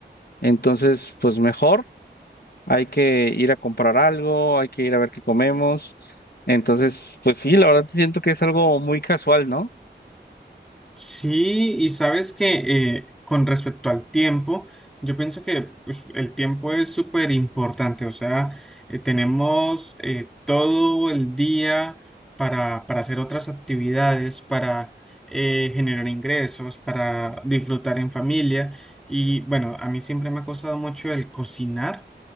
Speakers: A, on the left; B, in the centre.
A: Entonces, pues mejor hay que ir a comprar algo, hay que ir a ver qué comemos. Entonces, pues sí, la verdad siento que es algo muy casual, ¿no?
B: Sí, y sabes que eh, con respecto al tiempo, yo pienso que pues, el tiempo es súper importante, o sea, eh, tenemos eh, todo el día para, para hacer otras actividades, para eh, generar ingresos, para disfrutar en familia. Y bueno, a mí siempre me ha costado mucho el cocinar,